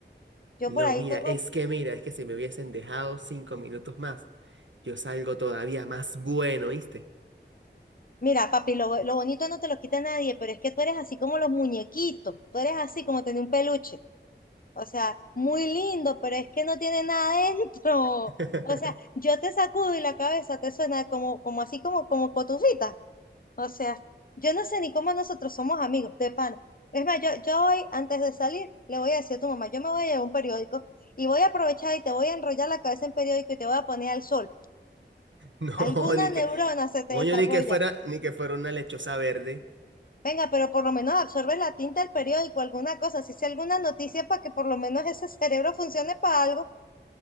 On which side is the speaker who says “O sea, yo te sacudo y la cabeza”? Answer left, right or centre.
Left